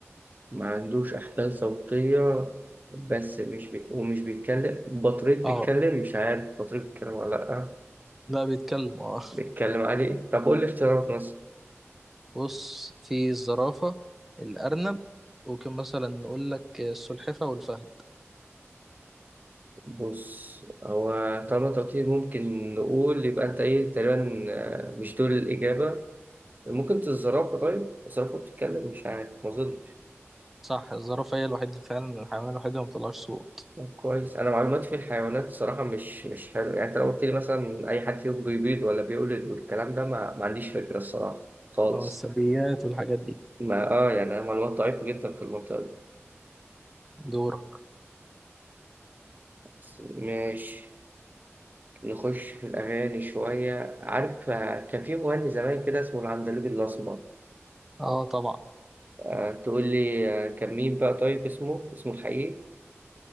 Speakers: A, on the right; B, in the centre.
A: ما عندوش أحبال صوتية بس مش بي... ومش بيتكلم بطريق بيتكلم
B: اه
A: مش عارف بطريق بيتكلم ولا لأ
B: لا بيتكلم اه
A: بيتكلم عادي طب قول لي اختيارات مثلا
B: بص في الزرافة الارنب ممكن مثلا نقول لك السلحفة والفهد
A: بص هو طالما توتيل ممكن نقول يبقى أنت إيه تقريبا آه، مش دول الإجابة ممكن الزرافة طيب الزرافة بتتكلم مش عارف ما أظنش
B: صح الزرافة هي الوحيد فعلا الحيوان الوحيد اللي ما بيطلعش صوت
A: طب كويس أنا معلوماتي في الحيوانات صراحة مش مش حلو يعني أنت لو قلت لي مثلا أي حد فيهم بيبيض ولا بيولد والكلام ده ما, ما عنديش فكرة الصراحة خالص
B: اه الثدييات والحاجات دي
A: ما اه يعني معلومات ضعيفة جدا في المنطقة دي
B: دورك
A: بس ماشي نخش في الأغاني شوية عارف آه، كان في مغني زمان كده اسمه العندليب الأسمر
B: اه طبعا
A: آه، تقول لي آه، كان مين بقى طيب اسمه اسمه الحقيقي